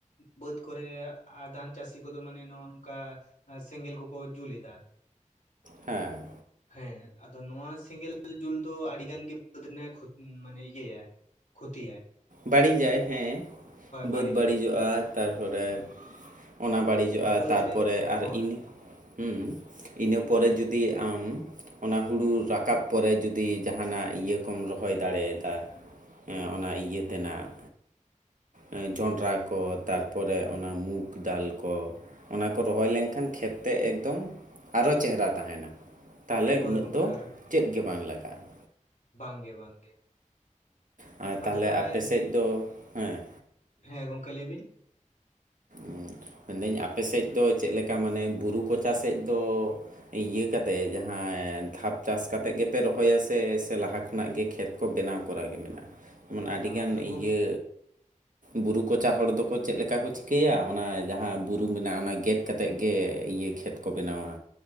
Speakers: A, on the left; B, on the right.
A: ᱵᱟᱹᱫᱽ ᱠᱚᱨᱮ ᱟᱫᱷᱟᱱ ᱪᱟᱹᱥᱤ ᱠᱚᱫᱚ ᱢᱟᱱᱮ ᱱᱚᱼᱚ ᱱᱚᱝᱠᱟ ᱥᱮᱸᱜᱮᱞ ᱠᱚᱠᱚ ᱡᱩ ᱞᱮᱫᱟ
B: ᱦᱮᱸ ᱾
A: ᱦᱮᱸ ᱟᱫᱚ ᱱᱚᱣᱟ ᱥᱮᱸᱜᱮᱞ ᱡᱩᱞ ᱫᱚ ᱟᱹᱰᱤ ᱜᱟᱱ ᱜᱮ ᱵᱟᱹᱫᱽ ᱨᱮᱱᱟᱜ ᱠᱷᱚᱛᱤ ᱢᱟᱱᱮ ᱤᱭᱟᱹ ᱭᱟ ᱠᱷᱚᱛᱤ ᱟᱭ
B: ᱵᱟᱹᱲᱤᱡᱟᱭ ᱦᱮᱸ ᱵᱟᱹᱫᱽ
A: ᱵᱟᱹᱲᱤᱡᱟᱭ
B: ᱵᱟᱹᱲᱤᱡᱚᱜᱼᱟ, ᱛᱟᱨᱯᱚᱨᱮ ᱚᱱᱟ ᱵᱟᱹᱲᱤᱡ ᱦᱤᱡᱩᱜᱼᱟ
A: ᱵᱟᱹᱫᱽ
B: ᱛᱟᱨ
A: ᱨᱮ
B: ᱯᱚᱨᱮ ᱟᱨ
A: ᱦᱳᱭ
B: ᱤᱱ ᱦᱩᱸ ᱤᱱᱟᱹ ᱯᱚᱨᱮ ᱡᱩᱫᱤ ᱟᱢ ᱚᱱᱟ ᱦᱩᱲᱩ ᱨᱟᱠᱟᱵ ᱯᱚᱨᱮ ᱡᱩᱫᱤ ᱡᱟᱦᱟᱱᱟᱜ ᱤᱭᱟᱹ ᱠᱚᱢ ᱨᱚᱦᱚᱭ ᱫᱟᱲᱮᱭᱟᱫᱟ ᱦᱮᱸ ᱚᱱᱟ ᱤᱭᱟᱹ ᱛᱮᱱᱟᱜ ᱮ ᱡᱚᱸᱰᱨᱟ ᱯᱚ ᱛᱟᱨ ᱯᱚᱨᱮ ᱚᱱᱟ ᱢᱩᱠ ᱰᱟᱞ ᱠᱚ ᱚᱱᱟ ᱠᱚ ᱨᱚᱦᱚᱭ ᱞᱮᱱᱠᱷᱟᱱ ᱠᱷᱮᱛ ᱛᱮ ᱮᱠᱫᱚᱢ ᱟᱨᱚ ᱪᱮᱦᱨᱟ ᱛᱟᱦᱮᱱᱟ ᱾ ᱛᱟᱦᱚᱞᱮ
A: ᱦᱳᱭ
B: ᱩᱱᱟᱹᱜ
A: ᱜᱚᱝᱠᱮ
B: ᱫᱚ ᱪᱮᱫ ᱜᱮ ᱵᱟᱝ ᱞᱟᱜᱟᱜᱼᱟ ᱾
A: ᱵᱟᱝ ᱜᱮ ᱵᱟᱝ ᱜᱮ ᱾
B: ᱟᱨ
A: ᱟᱫᱚ
B: ᱛᱟᱦᱚᱞᱮ
A: ᱱᱟᱦᱟᱜ
B: ᱟᱯᱮ ᱥᱮᱫ ᱫᱚ ᱦᱮᱸ
A: ᱦᱮᱸ ᱜᱚᱝᱠᱮ ᱞᱟᱹᱭ ᱵᱤᱱ
B: ᱩᱸ ᱢᱮᱱ ᱫᱟᱹᱧ ᱟᱯᱮ ᱥᱮᱡᱽ ᱫᱚ ᱪᱮᱫ ᱞᱮᱠᱟ ᱢᱟᱱᱮ ᱵᱩᱨᱩ ᱠᱚᱪᱟ ᱥᱮᱡ ᱫᱚ ᱤᱭᱟᱹ ᱠᱟᱛᱮᱜ ᱡᱟᱦᱟᱸ ᱫᱷᱟᱯ ᱪᱟᱥ ᱠᱟᱛᱮᱜ ᱜᱮᱯᱮ ᱨᱚᱦᱚᱭᱟ ᱥᱮ ᱥᱮ ᱞᱟᱦᱟ ᱠᱷᱚᱱᱟᱜ ᱜᱮ ᱠᱷᱮᱛ ᱠᱚ ᱵᱮᱱᱟᱣ ᱠᱚᱨᱟ ᱜᱮ ᱢᱮᱱᱟᱜᱼᱟ ᱾ ᱢᱟᱱᱮ ᱟᱹᱰᱤᱜᱟᱱ
A: ᱟᱫᱚ ᱜᱚᱝ
B: ᱤᱭᱟᱹ ᱵᱩᱨᱩ ᱠᱚᱪᱟ ᱦᱚᱲ ᱫᱚᱠᱚ ᱪᱮᱫ ᱞᱮᱠᱟ ᱠᱚ ᱪᱤ ᱠᱮᱭᱟ ᱚᱱᱟ ᱡᱟᱦᱟᱸ ᱵᱩᱨᱩ ᱢᱮᱱᱟᱜᱼᱟ, ᱚᱱᱟ ᱜᱮᱫ ᱠᱟᱛᱮᱫ ᱜᱮ ᱤᱭᱟᱹ ᱠᱷᱮᱛ ᱠᱚ ᱵᱮᱱᱟᱣᱟ᱾